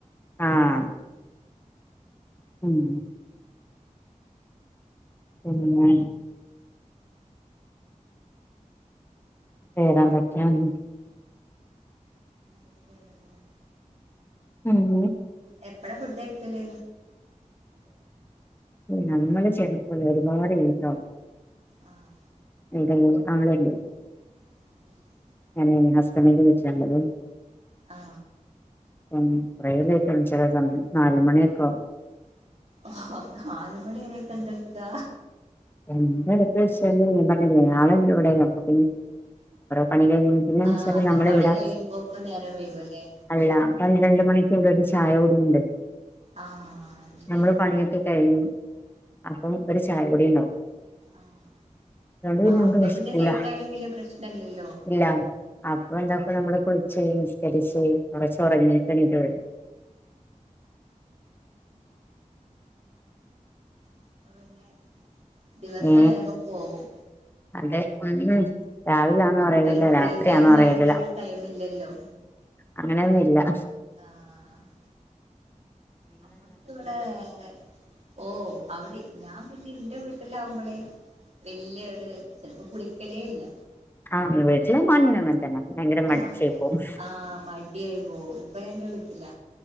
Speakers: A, on the left; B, on the right.
A: ആഹ് ഉം മ്മ് വേരാ വക്കനിനി
B: അക്കെയണ
A: ഉം
B: എപ്പടാ ഫുഡ് കയിക്കല്
A: നമ്മള് ചിലപ്പോൾ പാട് ലേറ്റാം.
B: ആ
A: എന്ത അങ്ങനുണ്ട്
B: അ
A: ഞാന് ഹസ്ബൻ്റിൻ്റെ വീട്ടില ഉള്ളത്
B: ആ
A: ഉം ട്രെയിൻ ലേറ്റ് ആവും ചില സമയം നാല് മണിയൊക്കെ ആവും
B: ഓ നാല്മണിവരെക്കെ എന്ത് എടുക്കാ
A: എന്ത് ചെയു എന്ന് വെച്ചാൽ ഞാൻ പറഞ്ഞില്ലേ ആൾ ഉണ്ട് ഇവിടെ എന്ന് <unintelligible> പിന്നെന്താന്ന് വെച്ചാല്
B: ആഹ് അപ്പൊ
A: നമ്മളിവിടെ
B: പണി കഴിയുമ്പോക്ക് നേരം വൈകുല്ലേ
A: അല്ല പന്ത്രണ്ട് മണിക്ക് ചായ കുടി ഉണ്ട്
B: ആഹ് അത് ശരി
A: നമ്മള് പണിയൊക്കെ കഴിഞ്ഞു അപ്പം ഒരു ചായ കുടി ഉണ്ടാവും
B: ആഹ്
A: അതൊണ്ട് പിന്നെ
B: ആഹ്
A: നമുക്ക്
B: അപ്പൊ
A: വിശക്കുല്ലാ
B: പിന്നെ ലേറ്റ് ആയാലും വല്യ പ്രശ്നല്ലല്ലോ
A: ഇല്ല അപ്പൊ എന്താക്കും നമ്മള് കുളിച്ച് നിസ്കരിച്ച് കുറച്ച് ഉറങ്ങിട്ട് എണീറ്റ് ഒ
B: <inaudible> ദിവസം
A: ഏ
B: വേഗം പോവും
A: അതെ ഉം രാവിലാന്നോ അറിയലില്ല
B: ഒരു ഫ്രീ
A: രാത്രിയാന്നോ
B: ടൈം
A: അറിയലില്ല
B: ആയിട്ട് ഒരു ടൈമില്ലല്ലോ
A: അങ്ങനെയൊന്നുല്ലാ
B: ആഹ് നമ്മൾക്ക് ഇവിടെ ഓ അവിടെ ഞാൻ പിന്നെ എന്റെ വീട്ടിലാവുമ്പോളേ വലിയയൊരു ചിലപ്പോ കുളിക്കലേ ഇല്ല
A: <unintelligible> മടിച്ചായി
B: ആ
A: പോവും
B: ആ മടിയായി പോകും ഇപ്പൊ എന്റെ വീട്ട ഇല്ല